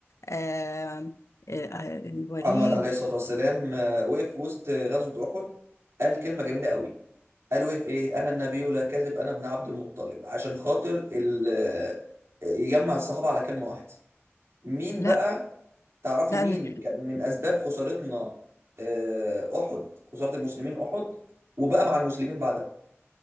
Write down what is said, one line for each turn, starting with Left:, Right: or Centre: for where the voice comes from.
Left: آه آه، الوليد
Right: محمد عليه الصلاة والسلام آه، وقف في وسط غزوة أحد قال كلمة جميلة قوي قال وقف إيه أنا النبي لا كذب أنا ابن عبد المطلب عشان خاطر ال- آه، يجمع الصحابة على كلمة واحدة مين
Left: لا
Right: بقى تعرفي
Left: لا
Right: مين
Left: مش
Right: كان من أسباب خسارتنا آه، أحد خسارة المسلمين أحد وبقى مع المسلمين بعدها